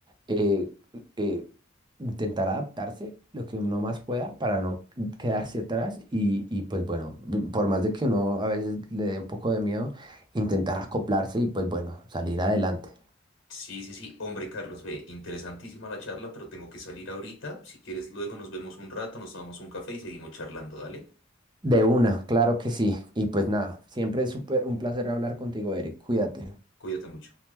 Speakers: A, on the right (about 25°); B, on the left (about 65°).
A: eh, eh, intentar adaptarse lo que uno más pueda para no quedarse atrás y, y, pues bueno, por más de que uno a veces le dé un poco de miedo, intentar acoplarse y pues bueno, salir adelante.
B: Sí, sí, sí. Hombre, Carlos, ve, interesantísima la charla, pero tengo que salir ahorita. Si quieres, luego nos vemos un rato, nos tomamos un café y seguimos charlando, dale.
A: De una, claro que sí. Y pues nada, siempre es súper un placer hablar contigo, Eric. Cuídate.
B: Cuídate mucho.